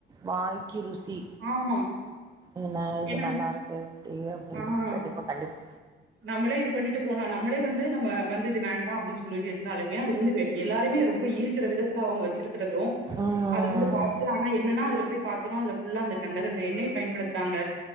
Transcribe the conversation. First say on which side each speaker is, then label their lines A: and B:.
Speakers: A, on the right (about 20°); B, on the right (about 70°).
A: வாய்க்கி ருசி
B: ஆமா
A: ஏனா இது
B: என்னங்க
A: நல்லா இருக்கு இப்டி அப்டி
B: ஆ
A: கண்டிப்பா கண்டிப்
B: நம்மளே இது பண்ணிட்டு போனா நம்மளே வந்து நம்ம வந்து இது வேண்டா அப்டின்னு சொல்லிட்டு இருந்தாலுமே அது வந்து வே எல்லாருமே ரொம்ப ஈர்க்கிற விதத்துல அவுங்க வச்சிருக்கிறது
A: ம்
B: அதுக்கு வந்து பாத்துட்டு ஆனா என்னன்னா அதுல போய் பாத்தோனா அதுல ஃபுல்லா அந்த கண்ட கண்ட எண்ணெய பயன்படுத் துறாங்க